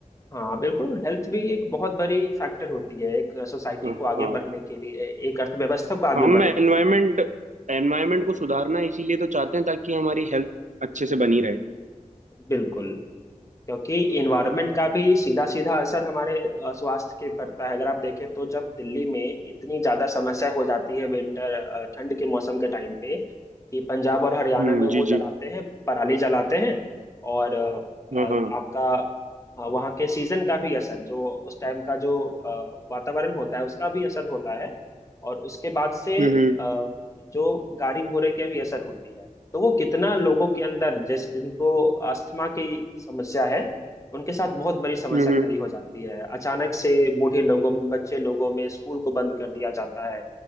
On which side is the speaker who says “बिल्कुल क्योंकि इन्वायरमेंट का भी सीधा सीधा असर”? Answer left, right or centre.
Left